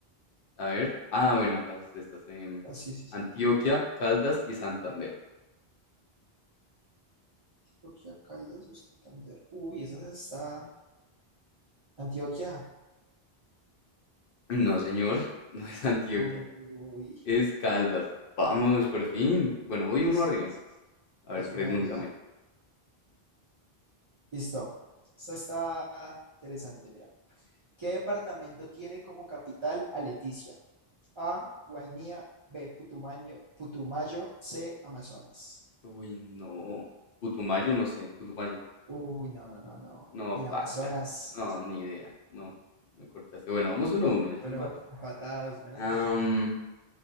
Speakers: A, on the left; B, on the right.
A: A ver, ah, bueno, las estas en
B: ah, sí, sí, sí.
A: Antioquia, Caldas y Santander.
B: Antioquia, Caldas o Santander. Uy, esa está. Antioquia.
A: No, señor, <laughs> no es Antioquia,
B: Uy,
A: es Caldas. Vamos, por fin.
B: uy,
A: Bueno, voy uno
B: sí,
A: arriba.
B: sí. sí.
A: A ver,
B: La zona
A: pregúntame.
B: arriba. Listo. Esta está interesante, mira. ¿Qué departamento tiene como capital a Leticia? A, Guainía, B, Putumayo, Putumayo, C, Amazonas.
A: Uy, no. Putumayo, no sé. Putumayo.
B: Uy, no, no, no, no.
A: No,
B: El
A: paila.
B: Amazonas.
A: No, ni idea. No, me cortaste. Bueno, vamos uno a uno, ya
B: Bueno,
A: se empató.
B: patados, menos
A: Am,
B: mal.